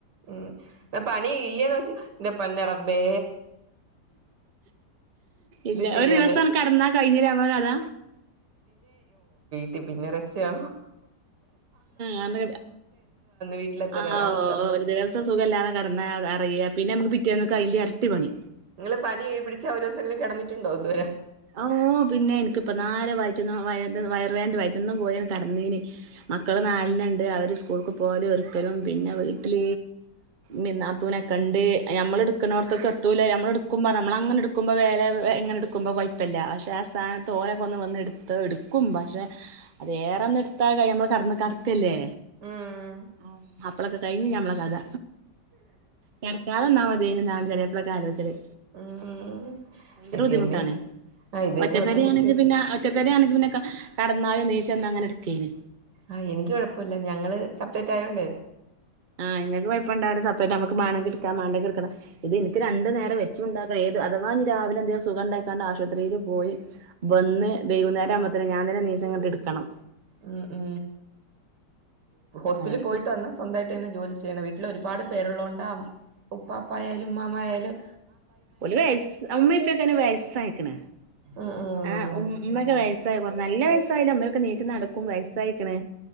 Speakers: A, on the right; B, on the right.
A: ഉം പണി ഇല്ലേന്ന് വെച്ച എന്റെ പന്ന റബബേ
B: ഇല്ല
A: ചെയ്യാന്
B: ഒരു ദിവസ കിടന്നാ കഴിഞ്ഞില്ലമ്മള കഥ
A: ട്ട പിന്നെ രസയാണോ
B: ആ ക
A: വീട്ടിലത്തെ
B: ആ
A: അവസ്ഥ
B: ഒരു ദിവസം സുഖല്ലാതെ കിടന്നതാ പററ പിന്നെ നമുക്ക് പിറ്റേന്ന അതിന്റെ അരട്ട പണി
A: നിങ്ങള്ൾ പനി ഏ പിിച്ച ഒരു ദസം എങ്കില കിന്നിട്ടുണ്ടോ ഇതുവരെ
B: ഓ പിന്നെ എനിക്കിപ്പ നരെ വയറ്റ വയ വയറ വേ് വയറ്റന്നും പോയ കടന്നീന് മക്കൾ നാടിനുണ്ട് അവര് സ്കൂൾക്ക് പോലെ ഒരിക്കലും പിന്നെ വീട്ടിൽ പിന്നാത്തൂനെക്കെ കണ്ട് മ്മള എടുക്കുന്നവർക്കൊക്കെ എത്തൂല്ല ഞമ്മള എടുക്കുമ്പോ നമ്മള അങ്ങനെ എടുക്കുമ്പോ വേറെ എങ്ങന എടുക്ക്പോൾ പക്ഷെ ആ സ്ഥാനത്ത് ഓരക്കെ ഒന്ന് വ എടു എടുക്കും പക്ഷെ അത് േറെന്ന എടുത്ത ന പന്ന് കടക്കല്ലേ
A: ആഹ
B: ആ അപ്പളൊക്ക കഴിഞ്ഞ്ഞ നഞമ്മളക്ക അത കിടക്കാലന്നാ മതിെന്താണ് ചിലിയപ്പഴ കാല ഒത്തിരി
A: ഉം
B: ഭയങ്കര
A: ഇത്
B: ബുദ്ധിമുട്ടാാണ്
A: തന്നെ ആ ഇത്
B: ഒറ്റപ്പേര
A: തന്നെ ഒട്ടുമിക്ക
B: ആണെങ്കിൽ പിന്നെ ഒറ്റപ്പേര ആണെങ്കിൽന്നെ കടന്നാലും നീച്ച അങ്ങനെ എടുക്കേന്
A: ആഹ എനിക്ക് കൊഴപ്പില്ല ഞങ്ങള് സെപ്പറേറ്റ് ആയോണ്ട്േ
B: ആഹ് നിങ്ങക്ക്യപ്പ ഇണ്ടവി സപ്പേറ്റ്മുക്ക് മേണം കിടാം മേണ്ട കിക്കണം ഇത് എനിക്ക് രണ്ടു നേരം വെച്ചുണ്ടാ അഥവാ ന രാവിലെ എന്ത സുഖ ഉണ്ടക്കാണ്ട് ആശുപത്രിൽ പോയി വന്ന് വൈകുന്നേം ആകുമത്തേ ഞാൻ തന്നെ ട്ട എടുക്കണം
A: ഉ ഉ ഹോസ്പിറ്റലിൽ
B: അങ്ങനെയൊക്കെ
A: പോയിട്ട് വന്ന സ്വന്തമായിട്ട് തെ ജോലി ചെയ്യ വീട്ടിൽ ഒരുപാട് പേരുള്ളോണ്ട് ഉപ്പാപ്പായാലും ഉമ്മായ ആയാലും
B: വയ അമ്മപ്പൊക്കെന്നെ വയസായിക്കണ
A: ഉം ഉം
B: ആ ഉ ഉമ്മക്കെ വയ കൊറ നല്ല വയസായില്ല അമ്മയൊക്കെ നീച്ച നടക്കും വയസ്സായിരിക്കണ്